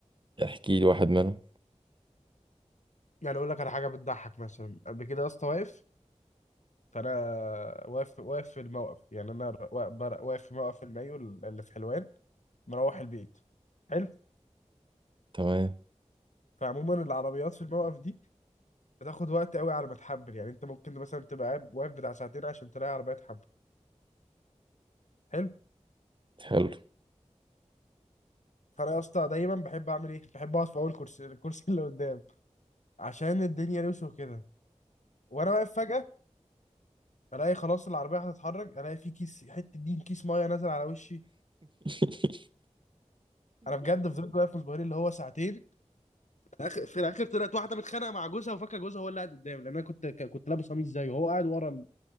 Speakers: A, on the right (about 40°); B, on the left (about 70°).
A: احكي لي واحد منهم
B: يعني اقول لك على حاجه بتضحك مثلا قبل كده يا اسطى واقف فانا واقف واقف في الموقف يعني انا وا- بر- واقف في موقف المايو اللي في حلوان مروح البيت حلو
A: تمام
B: فعموما العربيات في الموقف دي بتاخد وقت قوي على ما تحبل يعني انت ممكن مثلا تبقى قاعد- واقف بتاع ساعتين عشان تلاقي عربيه تحبل حلو
A: حلو
B: فانا يا اسطى دايما بحب اعمل ايه بحب اقعد في اول كرسي الكرسي اللي قدام عشان الدنيا لوسه كده وانا واقف فجاه الاقي خلاص العربيه هتتحرك الاقي في كيس حته دين كيس ميه نازل على وشي
A: <laughs>
B: انا بجد فضلت واقف مصبرين اللي هو ساعتين في اخر في الاخر طلعت واحده متخانقه مع جوزها وفاكره جوزها هو اللي قاعد قدامي لان انا كنت ك- كنت لابس قميص زيه وهو قاعد ورا